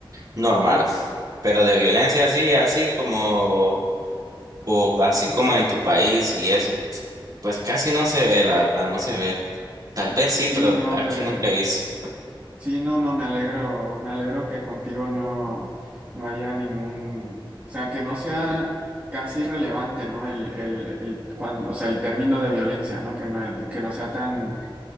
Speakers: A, on the right (about 45°); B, on the right (about 20°).
A: normal. Pero de violencia así, así como, o así
B: Ujú.
A: como en tu país y eso, pues casi no se ve, la verdad, no se ve. Tal vez sí,
B: Sí,
A: pero
B: no,
A: aquí
B: de,
A: nunca he visto.
B: Sí, no, no, me alegro, me alegro que contigo no, no haya ningún, o sea, que no sea casi relevante, ¿no? El, el, el, cuando, o sea, el término de violencia, ¿no? Que no, que no sea tan,